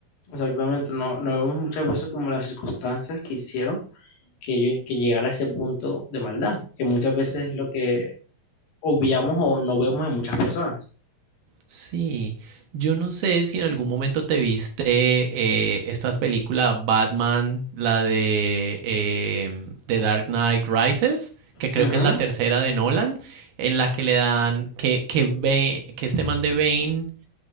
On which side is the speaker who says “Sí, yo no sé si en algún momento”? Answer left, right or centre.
Right